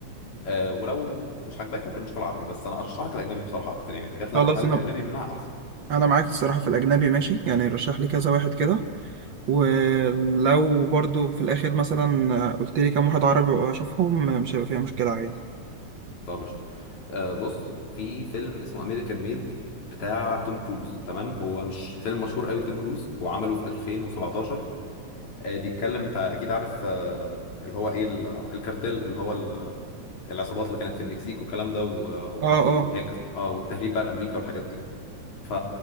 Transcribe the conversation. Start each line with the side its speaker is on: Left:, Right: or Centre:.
Left: أه ولو مش عاجباك ممكن نشوف العربي بس انا ارشح لك الاجنبي بصراحه اكتر يعني الحاجات اللي
Right: خلاص
Left: انا هقولها لك
Right: انا
Left: الاجنبي منها احسن
Right: انا معاك الصراحه في الاجنبي ماشي يعني رشح لي كذا واحد كده ولو برضو في الاخر مثلا قلت لي كام واحد عربي واشوفهم مش هيبقى فيها مشكله عادي
Left: طب قشطة آه بص في فيلم اسمه امريكان ميد بتاع توم كروز تمام هو مش فيلم مشهور قوي لتوم كروز هو عمله في 2017 آه بيتكلم انت اكيد عارف آه اللي هو ايه ال- الكارتيل اللي هو ال- العصابات اللي كانت في المكسيك والكلام ده و-
Right: اه
Left: وان
Right: اه
Left: هي كانت- اه والتهريب بقى لامريكا والحاجات دي ف...